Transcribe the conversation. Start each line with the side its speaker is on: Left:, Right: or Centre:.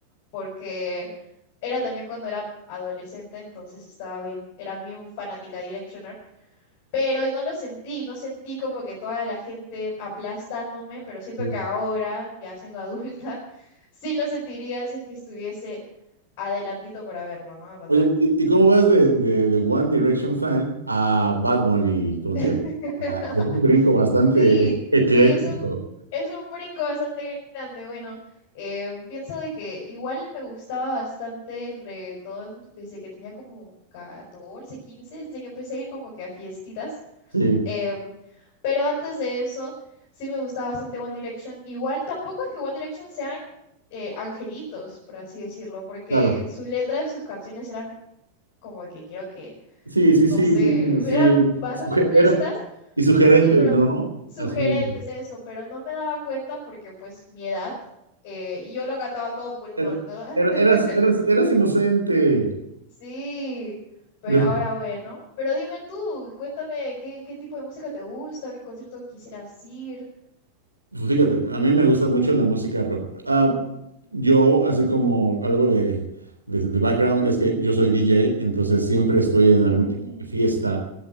Left: porque era también cuando era adolescente, entonces estaba bien, era bien fanática de Directioner, pero no lo sentí, no sentí como que toda la gente aplastándome, pero siento
Right: Sí.
Left: que ahora, ya siendo adulta, <laughs> sí lo sentiría si es que estuviese adelantito para verlo, ¿no? A Bad
Right: Oye,
Left: Bunny.
Right: ¿y, y cómo vas de, de, de One Direction fan a Bad Bunny concierto?
Left: <laughs>
Right: O es un brinco bastante
Left: Sí,
Right: e- ecléctico.
Left: sí, es un, es un brinco bastante grande. Bueno, eh, pienso de que igual me gustaba bastante el reggaetón desde que tenía como 14, 15, desde que empecé a ir como que a fiestitas.
Right: Sí,
Left: Em, pero antes de eso, sí me gustaba bastante One Direction. Igual tampoco es que One Direction sean eh, angelitos, por así decirlo, porque
Right: claro.
Left: su letra de sus canciones eran como que quiero que,
Right: Sí, sí,
Left: no
Right: sí,
Left: sé,
Right: sí entiendo. Sí,
Left: <laughs> eran bastante
Right: Suge-
Left: explícitas,
Right: eran y sugerentes,
Left: Sí, pero
Right: ¿no?
Left: sugerentes
Right: Así.
Left: eso, pero no me daba cuenta porque pues mi edad, eh, y yo lo cantaba a todo pulmón,
Right: Era-
Left: ¿no? <laughs>
Right: era- eras, eras, eras inocente.
Left: Sí, pero
Right: <laughs>
Left: ahora bueno. Pero dime tú, cuéntame qué, qué tipo de música te gusta, qué concierto quisieras ir.
Right: Fíjate, a mí me gusta mucho la música rock. Ah, yo, así como algo de, de, de background, es que yo soy DJ, entonces siempre estoy en
Left: Uh,
Right: algún tipo de fiesta